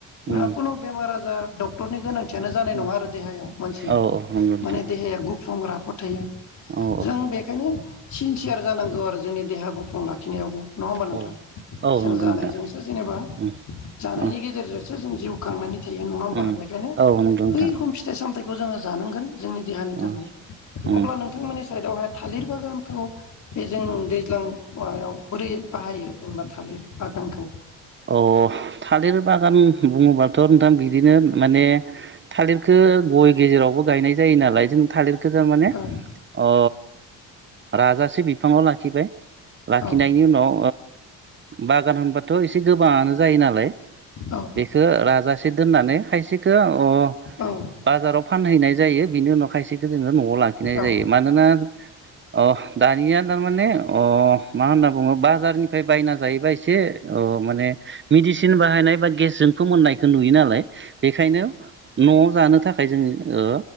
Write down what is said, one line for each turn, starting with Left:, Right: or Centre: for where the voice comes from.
Right: उम
Left: नों खुनु बेमार आजार डक्टरनि गोनांथियानो जानाय
Right: उम
Left: नङा आरो देहायाव मानसि
Right: औ नंगौ नोंथां
Left: माने देहाया गुफुं रा फोद थायो
Right: औ
Left: जों बेखायनो सिनसियार जानांगौ आरो जोंनि देहा गुफुं लाखिनायावबो नङा होमबा नोंथां
Right: औ औ
Left: जों
Right: नंगौ
Left: जानायजोंसो
Right: नोंथां
Left: जेनेबा
Right: उम
Left: जानायनि गेजेरजोंसो
Right: ओ
Left: जों जिउ खांनानै थायो नङा होमबा
Right: उम
Left: बेखायनो
Right: औ नंगौ नोंथां
Left: बै रखोम फिथाइ सामथाइखौ जोङो जानांगोन जोंनि देहानि थाखाय
Right: ओ उम
Left: अब्ला नोंथांमोननि साइडआवहाय थालिर बागानखौ बे जों दैज्लां माबायाव बोरै बाहायो जेनेबा थालिर बागोनखौ
Right: अ थालिर बागान बुंङोबाथ' नोंथां बिदिनो माने थालिरखौ गय गेजेरावबो गायनाय जायो नालाय जों थालिरखौ थारमाने
Left: औ
Right: अ राजा से बिफांङाव लाखिबाय लाखिनायनि
Left: औ
Right: उनाव बागान होनबाथ' एस एसे गोबांङानो जायो नालाय
Left: औ
Right: बेखौ राजासे दोननानै खायसेखौ अ
Left: औ
Right: बाजाराव फानहैनाय जायो बिनि उनाव खायसेखौ जोंङो न'आव लाखिनाय
Left: औ
Right: जायो मानोना अ दानिया थारमाने अ मा होनना बुंङो बाजारनि फ्राय बायना जायोबा एसे अ माने मेडिसिन बाहायनाय बा गेसजोंथ मोननायखौ नुयो नालाय बेखायनो न'आव जानो थाखाय जों ओ